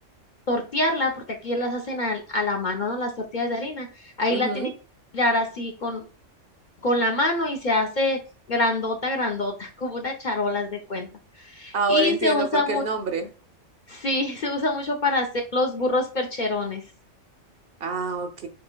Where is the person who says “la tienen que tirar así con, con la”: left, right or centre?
Left